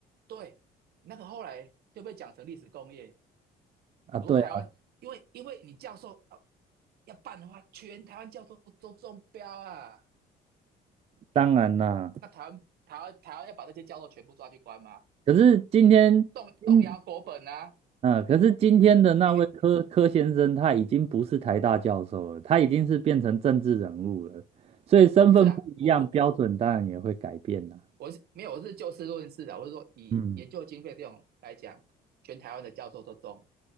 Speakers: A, on the right; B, on the right.
A: 对，那个后来就被讲成历史工业。
B: 啊，
A: 我说台湾，
B: 对啊
A: 因为因为你教授要要办的话，全台湾教授都中标啊。
B: 当然啦，
A: 那台湾台湾台湾要把这些教授全部抓去关吗？
B: 可是今天，
A: 动动摇国本啊！
B: 嗯，啊可是今天的那位柯柯先生，
A: 你你
B: 他已经不是台大教授了，他已经是变成政治人物了，所以身份不一样，
A: 不是啦，我我我
B: 标准当然也会改变啦。
A: 我是没有，我是就事论事的，我是说以研究经费这种来讲，
B: 嗯，
A: 全台湾的教授都中了